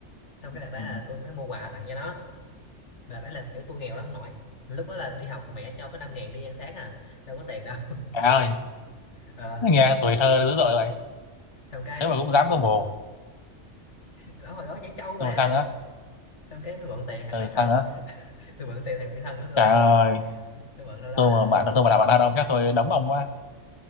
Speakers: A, on the left; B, on the left.
A: xong cái đợt đấy
B: ừ.
A: là tôi mới mua quà tặng cho nó Đợt đấy là kiểu tôi nghèo lắm ông nội lúc đó là đi học mẹ cho có 5 ngàn đi ăn sáng à đâu có tiền đâu <laughs>
B: trời ơi
A: Ờ,
B: nó nghe tuổi thơ dữ dội vậy
A: xong cái
B: thế mà cũng dám có bồ
A: đó hồi đó trẻ trâu mà
B: nhưng mà sao nữa
A: xong cái mới mượn tiền thằng
B: ừ,
A: bạn thân
B: sao nữa
A: tôi mượn tiền thằng bạn thân của tôi
B: trời ơi
A: tôi mượn đâu đó
B: tôi
A: là hình
B: mà bạn
A: như
B: tôi mà là bạn thân ông chắc tôi đấm ông quá